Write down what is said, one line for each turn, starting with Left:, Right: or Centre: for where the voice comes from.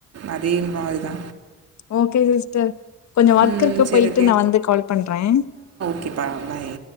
Right: அதே மாரி தா
Left: ஓகே சிஸ்டர் கொஞ்சோ ஒர்க்
Right: ம்
Left: இருக்கு
Right: சரி
Left: போயிட்டு நா வந்து கால் பண்றே
Right: ஓகே பா பாய்